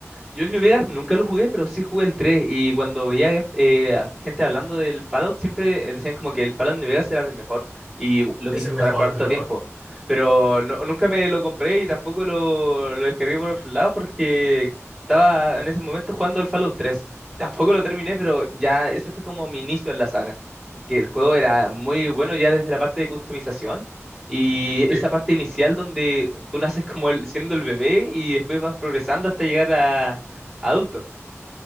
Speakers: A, in the centre; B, on the right.
A: Yo el New Vegas nunca lo jugué, pero sí jugué el 3 y cuando veía eh, a gente hablando del Fallout siempre eh, decían como que el Fallout New Vegas era el mejor y lo quise
B: Es el
A: jugar
B: mejor,
A: por harto
B: es el mejor.
A: tiempo, pero no- nunca me lo compré y tampoco lo, lo descargué por otro lado porque estaba en ese momento jugando el Fallout tres, Tampoco lo terminé, pero ya ese fue como mi inicio en la saga, porque el juego era muy bueno ya desde la parte de customización. Y
B: Sí.
A: esa parte inicial donde tú naces como el- siendo el bebé y después vas progresando hasta llegar a, adulto,